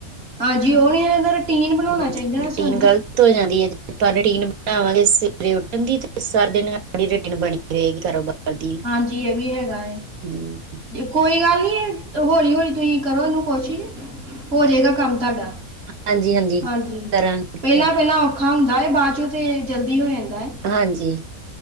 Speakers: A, on the right; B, on the right.
A: ਹਾਂਜੀ ਉਹ ਨੀ ਇਹ ਦਾ ਰੂਟੀਨ
B: ਫਿਰ
A: ਬਣਾਉਣਾ ਚਾਹੀਦਾ ਨਾ
B: ਰੁਟੀਨ
A: ਸਾਨੂੰ।
B: ਗਲਤ ਹੋ ਜਾਂਦੀ ਹੈ ਜੇ ਆਪਾਂ ਰੂਟੀਨ ਬਣਾਵਾਂਗੇ ਸਵੇਰੇ ਉੱਠਣ ਦੀ ਤੇ ਸਾਰ ਦਿਨ ਸਾ ਰੂਟੀਨ ਬਣੀ ਰਹੇਗੀ ਕਾਰੋਬਾਰ ਦੀ
A: ਹਾਂਜੀ ਇਹ ਵੀ ਹੈਗਾ ਹੈ।
B: ਹਮ,
A: ਕੋਈ ਗੱਲ ਨਹੀਂ ਹੈ ਹੌਲੀ ਹੌਲੀ ਤੁਸੀਂ ਕਰੋ ਇਹਨੂੰ ਕੋਸ਼ਿਸ਼। ਹੋ ਜਾਏਗਾ ਕੰਮ ਤੁਹਾਡਾ
B: ਹਾਂਜੀ
A: ਹਾਂਜੀ
B: ਕਰਾਂਗੇ
A: ਪਹਿਲਾਂ
B: ਕਰ
A: ਪਹਿਲਾਂ ਔਖਾ ਹੁੰਦਾ ਹੈ ਬਾਅਦ ਚੋਂ ਤੇ ਜਲਦੀ ਹੋ ਜਾਂਦਾ ਹੈ।
B: ਹਾਂਜੀ।